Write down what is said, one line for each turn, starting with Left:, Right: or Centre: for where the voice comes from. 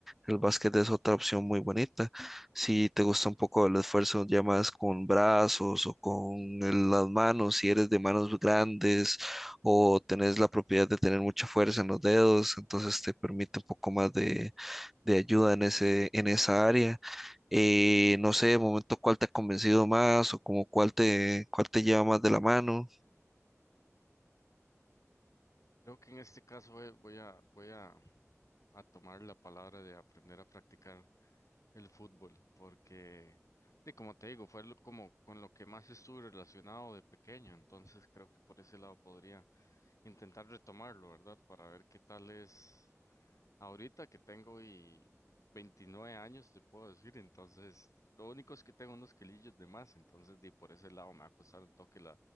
Centre: el básquet es otra opción muy bonita, si te gusta un poco el esfuerzo ya más con brazos o con el- las manos, si eres de manos grandes o tenés la propiedad de tener mucha fuerza en los dedos, entonces te permite un poco más de, de ayuda en ese, en esa área. Eh, no sé, de momento cuál te ha convencido más o como cuál te, cuál te lleva más de la mano.
Left: Creo que en este caso eh, voy a, voy a, a tomar la palabra de aprender a practicar. el fútbol, porque, de, como te digo, fue lo- como con lo que más estuve relacionado de pequeño, entonces creo que por ese lado podría intentar retomarlo, ¿verdad? Para ver qué tal es ahorita que tengo y 29 años, te puedo decir, entonces, lo único es que tengo unos kilillos de más, entonces, de, por ese lado me va a costar un toque